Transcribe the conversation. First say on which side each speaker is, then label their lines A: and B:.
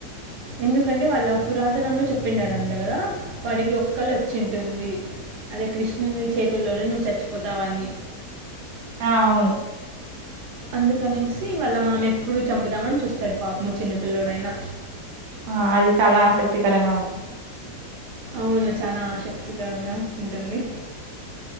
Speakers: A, on the right; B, on the right.
A: ఎందుకంటే వాళ్ళ పురాతనంలో చెప్పిండాడంట కదా. వాడికి ఒక్క కళ్ళ వచ్చింటుంది అదే కృష్ణుని చేతుల్లోనే నువ్వు చచ్చిపోతావని.
B: ఆ అవును
A: అందుకనేసి వాళ్ళ మామెప్పుడు చంపుదామని చూస్తాడు పాపము చిన్నపిలోడైనా
B: ఆ అది చాలా ఆసక్తికరంగా ఉంటుంది.
A: అవును చాలా ఆసక్తికరంగా ఉంటుంది.